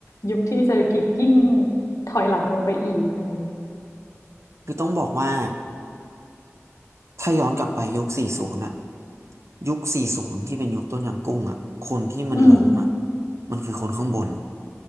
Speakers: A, on the left; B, on the right.
A: ยุคที่เศรษฐกิจยิ่งถอยหลังลงไปอีกอะไรเงี้ย
B: คือต้องบอกว่า ถ้าย้อนกลับไปยุค40น่ะยุค40ที่เป็นยุคต้มยำกุ้งอ่ะคนที่มันล้มอ่ะ
A: อืม
B: มันคือคนข้างบน